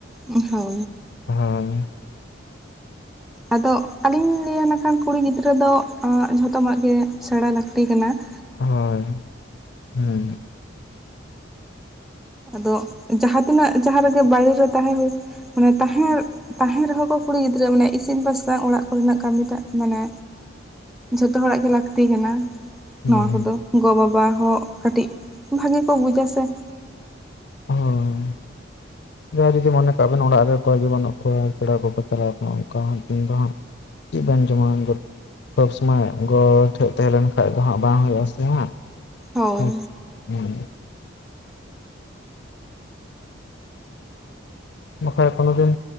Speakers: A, in the centre; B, on the left (about 55°).
A: ᱦᱳᱭ ᱾
B: ᱦᱳᱭ ᱾
A: ᱟᱫᱚ ᱟᱹᱞᱤᱧ ᱞᱤᱧ ᱞᱟᱹᱭᱟ ᱱᱟᱜ ᱠᱷᱟᱱ ᱠᱩᱲᱤ ᱜᱤᱫᱽᱨᱟᱹ ᱫᱚ ᱡᱷᱚᱛᱚᱢᱟᱜ ᱜᱮ ᱥᱮᱬᱟ ᱞᱟᱹᱠᱛᱤ ᱠᱟᱱᱟ ᱾
B: ᱦᱳᱭ <inaudible> ᱦᱩᱸ ᱾
A: ᱟᱫᱚ ᱡᱟᱦᱟᱸ ᱛᱤᱱᱟᱹᱜ ᱡᱟᱦᱟᱸ ᱨᱮᱜᱮ ᱵᱟᱭᱨᱮ ᱛᱟᱦᱮᱸ ᱦᱩᱭᱩᱜ ᱢᱟᱱᱮ ᱛᱟᱦᱮᱸ ᱛᱟᱦᱮᱸᱱ ᱨᱮᱦᱚᱸ ᱠᱚ ᱠᱩᱲᱤ ᱜᱤᱫᱽᱨᱟᱹ ᱢᱟᱱᱮ ᱤᱥᱤᱱ ᱵᱟᱥᱟᱝ ᱚᱲᱟᱜ ᱠᱚ ᱨᱮᱱᱟᱜ ᱠᱟᱹᱢᱤᱴᱟᱜ ᱢᱟᱱᱮ ᱡᱷᱚᱛᱚ ᱦᱚᱲᱟᱜ ᱜᱮ ᱞᱟᱹᱠᱛᱤ ᱠᱟᱱᱟ ᱾
B: ᱦᱩᱸ
A: ᱱᱚᱣᱟ ᱠᱚ ᱫᱚ ᱜᱚ ᱵᱟᱵᱟ ᱦᱚᱸ ᱠᱟᱹᱴᱤᱡ ᱵᱷᱟᱜᱤ ᱠᱚ ᱵᱩᱡᱟ ᱥᱮ ᱾
B: ᱦᱩᱸ ᱾ <inaudible> ᱡᱟᱦᱟᱸᱭ ᱡᱩᱫᱤ ᱢᱚᱱᱮ ᱠᱟᱜ ᱵᱮᱱ ᱚᱲᱟᱜ ᱨᱮ ᱚᱠᱚᱭ ᱜᱮ ᱵᱟᱹᱱᱩᱜ ᱠᱚᱣᱟ ᱯᱮᱲᱟ ᱠᱚᱠᱚ ᱪᱟᱞᱟᱣ ᱠᱚ ᱚᱱᱠᱟ ᱦᱟᱜ ᱢᱤᱫ ᱫᱤᱱ ᱜᱟᱱ ᱪᱮᱫ ᱵᱤᱱ ᱡᱚᱢᱟ ᱩᱱᱫᱚ ᱾ ᱥᱚᱵᱽ ᱥᱚᱢᱚᱭ ᱜᱚ ᱴᱷᱮᱡ ᱛᱟᱦᱮᱸ ᱞᱮᱱ ᱠᱷᱟᱡ ᱫᱚ ᱦᱟᱸᱜ ᱵᱟᱝ ᱦᱩᱭᱩᱜ-ᱟ ᱦᱟᱜ ᱾ <inaudible>
A: ᱦᱳᱭ
B: ᱦᱮᱸ ᱾ ᱵᱟᱠᱷᱟᱡ ᱠᱳᱱᱳ ᱫᱤᱱ